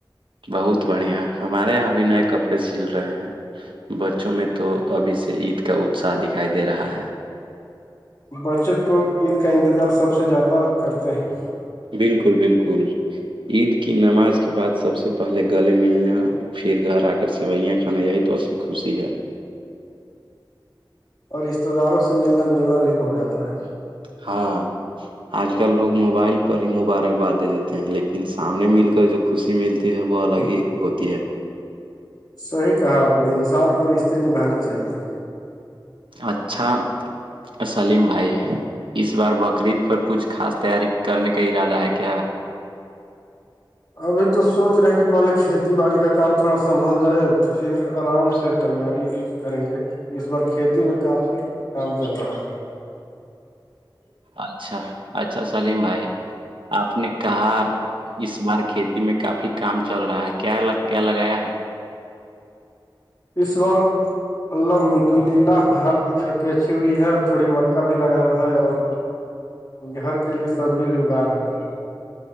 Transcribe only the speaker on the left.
بچے تو عید کا انتظار سب سے زیادہ کرتے ہیں
اور رشتے داروں سے ملنا جلنا بھی ہو جاتا ہے
صحیح کہا آپ نے انسان کو رشتے نبھانے چاہیے
ابھی تو سوچ رہے ہیں کہ پہلے کھیتی باڑی کا کام تھوڑا سنبھل جائے تو پھر آرام سے سے تیاری کریں گے اس بار کھیتی میں کافی کام چل رہا ہے <inaudible>
اسشور الحمد للہ دھان کی کھیتی اچھی ہوئی ہے تھوڑی مکا بھی لگایا ہے اور گھر کے لیے سبزی بھی اگا رہے ہیں